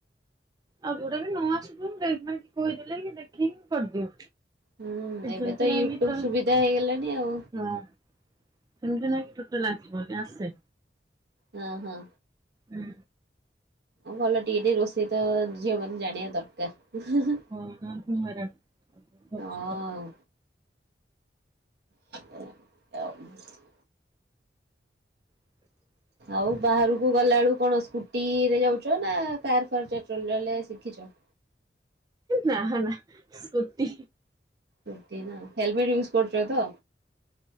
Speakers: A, on the right; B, on the right.
A: ଆଉ ଯୋଉଟା ବି ନ ଆସିବ ମୁଁ ଦେଇକି କହିଦେଲେ ଦେଖିକି କରିଦିଅ।
B: ହୁଁ ଏବେ
A: ସେମିତି
B: ତ
A: ନାହିଁ
B: ୟୁଟ୍ୟୁବ
A: କି ହଁ
B: ସୁବିଧା ହେଇଗଲାଣି ଆଉ
A: ସେମିତି ନାହିଁ କି <unintelligible> ଆସେ
B: ହଁ ହଁ।
A: ହୁଁ।
B: ଭଲ ଟିକେ ଟିକେ ରୋଷେଇ ତ ଝିଅ ମାନେ ଜାଣିବା ଦରକାର।
A: ହଁ <inaudible>
B: ହଁ। <unintelligible> ଆଉ।
A: <unintelligible>
B: ଆଉ ବାହାରକୁ ଗଲା ବେଳକୁ କଣ ସ୍କୁଟିରେ ଯାଉଛ ନା କାର୍ ଫାର୍ ଚ ଚଲେଇବା ଶିଖିଛ।
A: ନା ନା। ସ୍କୁଟି
B: ରୁଟି ନାଆଉ। ହେଲମେଟ୍ ୟୁଜ୍ କରୁଛ ତ?